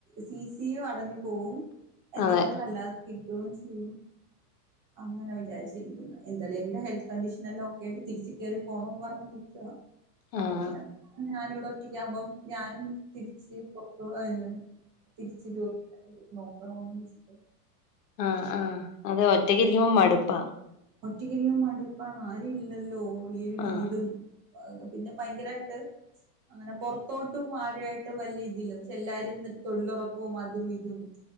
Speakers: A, on the right; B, on the left.
A: സി സീം അടഞ്ഞു പോവും എന്തെങ്കിലും
B: അതെ
A: അല്ലാതെ കിട്ടുവോം ചെയ്യും അങ്ങനെ വിചാരിച്ചിരിക്കുന്നു എന്തായാലും എന്റെ ഹെൽത്ത് കണ്ടീഷൻ എല്ലാം ഒക്കെ ആയിട്ട് തിരിച്ച കേറി പോണംന്ന് പറഞ്ഞു നിൽക്ക
B: ആഹ്
A: അപ്പ പിന്നെ ഞാനിവിടെ ഒറ്റക്ക് ആകുമ്പോം ഞാനും തിരിച്ച് <unintelligible> തിരിച്ചരോ നോക്കണംന്ന് വെച്ചിട്ട്
B: ആ ആ അതെ ഒറ്റക്ക് ഇരിക്കുമ്പം മടുപ്പാ
A: ഒറ്റക്കിരിക്കുമ്പം മടുപ്പാണ് ആരും ഇല്ലല്ലോ ഈ ഒരു വീടും
B: ആഹ്
A: പിന്നെ ഭയങ്കരായിട്ട് അങ്ങനെ പൊററത്തോട്ടും ആരായിട്ടും വല്യ ഇതില്ല പക്ഷെ എല്ലാരും തൊഴിലുറപ്പും അതും ഇതും